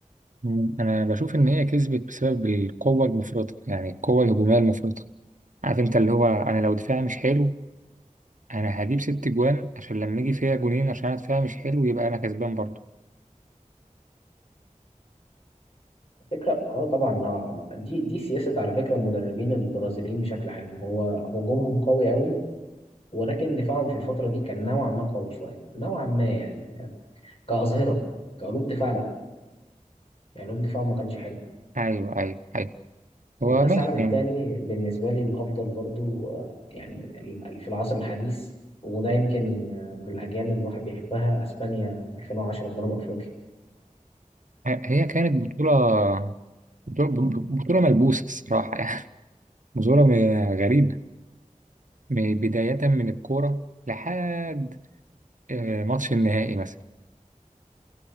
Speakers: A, on the right; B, on the left.
A: مم. أنا بشوف إن هي كسبت بسبب القوة المفرطة يعني القوة الهجومية المفرطة عارف أنت اللي هو أنا لو دفاعي مش حلو أنا هجيب ست جوان عشان لما يجي فيها جونين عشان أنا دفاعي مش حلو يبقى أنا كسبان برضه
B: فكرة اه طبعا آه، دي دي سياسة على فكرة المدربين البرازيليين بشكل عام هو هجومهم قوي قوي ولكن دفاعهم في الفترة دي كان نوعا ما قوي شوية نوعا ما يعني كأظهرة كقلوب دفاع لا يعني قلوب دفاع ما كانش حلو
A: أيوه أيوه أيوه
B: وكأس
A: هو ماشي
B: العالم التاني
A: يعني
B: بالنسبة لي الأفضل برضو آه، يعني ال- ال- في العصر الحديث وده يمكن آه، من الأجيال اللي الواحد بيحبها أسبانيا 2010 في جنوب أفريقيا
A: هي كانت بطولة بطولة بطولة ملبوسة الصراحة يعني <laughs> بطولة م- غريبة م- بداية من الكورة لحد آه، ماتش النهائي مثلا